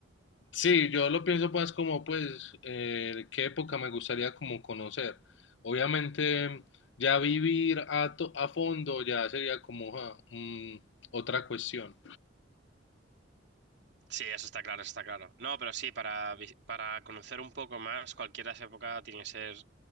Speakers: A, on the left; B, on the right.
A: sí, yo lo pienso más como pues eh, qué época me gustaría como conocer. Obviamente ya vivir a, to- a fondo ya sería como ja, mm, otra cuestión.
B: Sí, eso está claro, eso está claro. No, pero sí, para, vi- para conocer un poco más, cualquiera de esa época tiene que ser